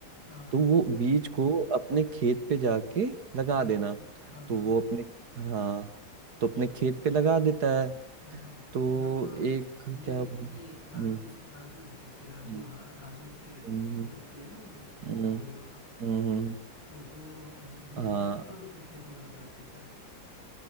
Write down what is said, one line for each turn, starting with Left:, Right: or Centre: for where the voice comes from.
Left: हाँ हाँ
Right: तो वो बीज को अपने खेत पे जाके लगा
Left: लग
Right: देना
Left: हाँ
Right: तो
Left: हाँ
Right: वो अपने हाँ तो
Left: अच्छा
Right: अपने खेत पे लगा देता है
Left: हाँ हाँ
Right: तो
Left: मतलब
Right: एक
Left: ये
Right: क्या हम्म,
Left: ये राजू से राजू से कहती है राजू
Right: हम्म,
Left: हाँ राजू के
Right: हम्म,
Left: को मिलती है ना वो वो
Right: हम्म,
Left: बूढ़ी औरत
Right: हम्म,
Left: तो वो अम, बीज
Right: हाँ
Left: देती है और अपने खेतों में लगा देता है